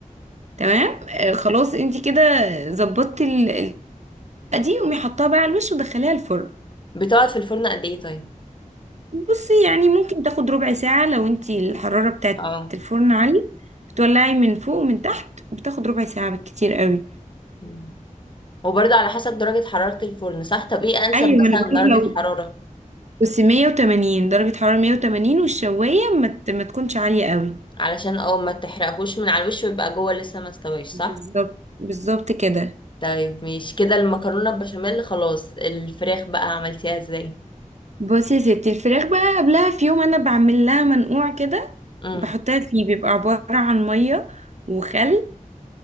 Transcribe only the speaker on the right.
تمام آه، خلاص انتي كده ظبطتي ال- ال- دي قومي حطها بقى على الوش ودخليها الفرن
بصي يعني ممكن تاخد ربع ساعة لو انتي الحرارة بتاعت
الفرن عالية بتولعي من فوق ومن تحت بتاخد ربع ساعة بالكتير قوي
ايوه
ما انا بقولك
لو
بس 180 درجة حرارة 180 والشواية ما, ت- ما تكونش عالية قوي
بالظبط بالظبط كده
بصي يا ستي الفراخ بقى قبلها في يوم انا بعمل لها منقوع كده
بحطها فيه بيبقى عبارة عن مية وخل